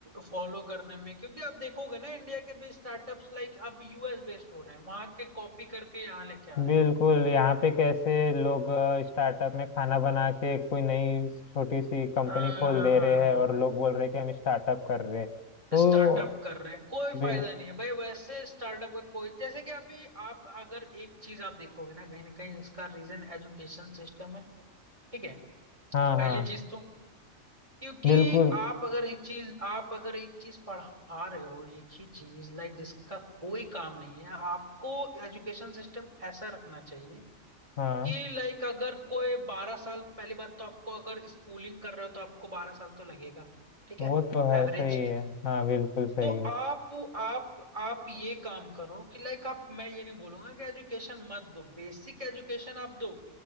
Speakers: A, on the right; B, on the left.
A: फॉलो करने में क्योंकि आप देखोगे ना इंडिया के भी स्टार्टअप्स लाइक अब यूएस बेस्ड हो रहे हैं वहां के कॉपी करके यहाँ लेके आ रहे
B: बिल्कुल
A: हैं
B: यहाँ पे कैसे लोग स्टार्टअप में खाना बना के कोई नई छोटी सी कंपनी
A: हाँ
B: खोल
A: हाँ
B: दे
A: हाँ
B: रहे
A: हाँ
B: हैं और लोग बोल रहे हैं कि हम स्टार्टअप कर रहे हैं तो
A: स्टार्टअप कर रहे हैं कोई फायदा
B: बिल
A: नहीं है भाई वैसे स्टार्टअप का कोई जैसे कि अभी आप अगर एक चीज आप देखोगे ना कहीं ना कहीं इसका रीजन एजुकेशन सिस्टम है ठीक है
B: हाँ
A: पहली
B: हाँ
A: चीज तो क्योंकि
B: बिल्कुल
A: आप अगर एक चीज आप अगर एक चीज पढ़ा रहे हो एक ही चीज लाइक जिसका कोई काम नहीं है आपको एजुकेशन सिस्टम ऐसा रखना चाहिए
B: हाँ
A: कि लाइक अगर कोई बारह साल पहली बात तो आपको अगर स्कूलिंग कर रहे हो तो आपको बारह साल तो लगेगा ठीक
B: वो
A: है
B: तो है
A: एवरेज
B: सही है हाँ बिल्कुल सही
A: तो
B: है
A: आप आप आप ये काम करो कि लाइक आप मैं ये नहीं बोलूंगा कि एजुकेशन मत दो बेसिक एजुकेशन आप दो